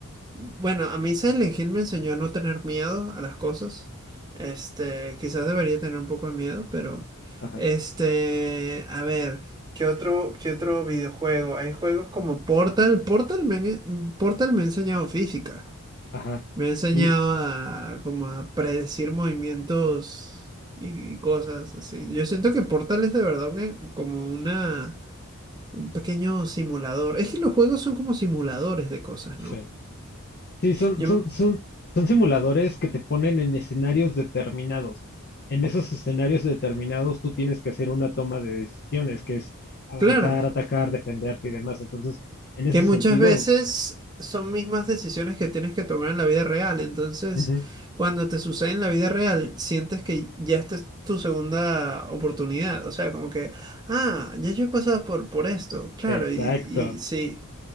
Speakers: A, on the right; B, on the left.
A: bueno, a mí Silent Hill me enseñó a no tener miedo a las cosas. Este, quizás debería tener un poco de miedo, pero
B: ajá,
A: este, a ver, ¿qué otro, qué otro videojuego? Hay juegos como Portal, Portal me, han- Portal me ha enseñado física.
B: ajá.
A: Me ha enseñado
B: Y
A: a como a predecir movimientos y, y cosas así. Yo siento que Portal es de verdad un- como una un pequeño simulador. Es que los juegos son como simuladores de cosas,
B: Sí.
A: ¿no?
B: sí, son,
A: Yo
B: son,
A: me-
B: son, son simuladores que te ponen en escenarios determinados. En esos escenarios determinados tú tienes que hacer una toma de decisiones, que es avanzar,
A: claro,
B: atacar, defenderte y demás. Entonces, en ese
A: que
B: sentido,
A: muchas veces son mismas decisiones que tienes que tomar en la vida real. Entonces,
B: ujú,
A: cuando te sucede en la vida real, sientes que ya esta es tu segunda oportunidad. O sea, como que, ah, ya yo he pasado por, por esto, claro,
B: exacto.
A: y y sí.